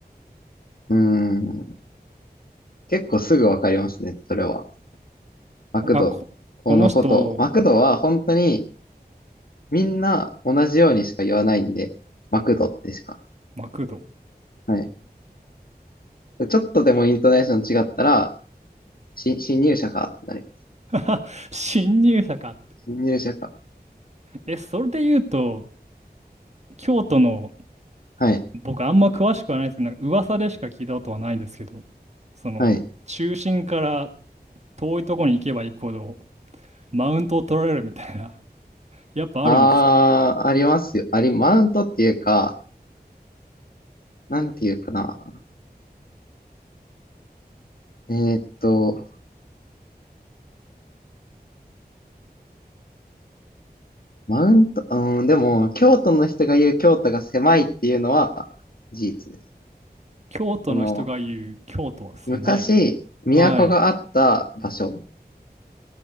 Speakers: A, on the left; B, on the right.
A: うーん、結構すぐわかりますね、それは。マクドのこと。
B: あ、こ、この人、
A: マクドは本当にみんな同じようにしか言わないんで、マクドってしか。
B: マクド。
A: はい。ちょっとでもイントネーション違ったら、新、新入社かってなります。
B: <laughs> 新入社かって。
A: 新入社か。
B: え、それで言うと、京都の、
A: はい。
B: 僕あんま詳しくはないですけど、なんか噂でしか聞いたことはないんですけど、その、
A: はい。
B: 中心から遠いとこに行けば行くほど、マウントを取られるみたいな、<laughs> やっぱあるんですか
A: ああ、ありますよ。あり、マウントっていうか、なんていうかな。えーっと、マウント、うん、でも、京都の人が言う京都が狭いっていうのは事実です。
B: 京都の人が言う京都は狭い。
A: その、昔、都があった場所、
B: はい。